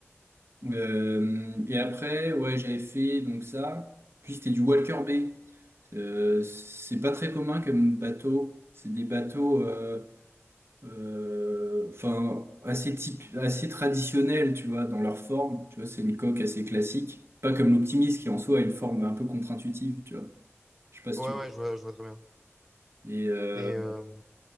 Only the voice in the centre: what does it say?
ouais,
je vois, je vois très bien.
Et euh,